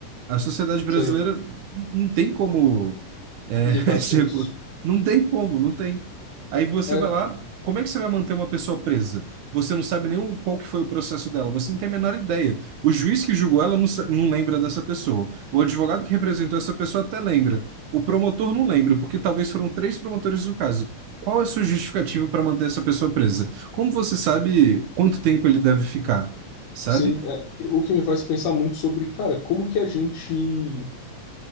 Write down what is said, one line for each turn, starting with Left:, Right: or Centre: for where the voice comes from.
Right: A sociedade brasileira
Left: Sei
Right: n- não tem como, é,
Left: lidar
Right: <laughs> se-
Left: com isso.
Right: não tem como, não tem. Aí você
Left: É,
Right: vai lá, como é que você vai manter uma pessoa presa? Você não sabe nem o- qual que foi o processo dela, você não tem a menor ideia. O juiz que julgou ela não, sa- não lembra dessa pessoa. O advogado que representou essa pessoa até lembra. O promotor não lembra, porque talvez foram três promotores no caso. Qual é a sua justificativa para manter essa pessoa presa? Como você sabe quanto tempo ele deve ficar? Sabe?
Left: sim, é. O que me faz pensar muito sobre, cara, como que a gente,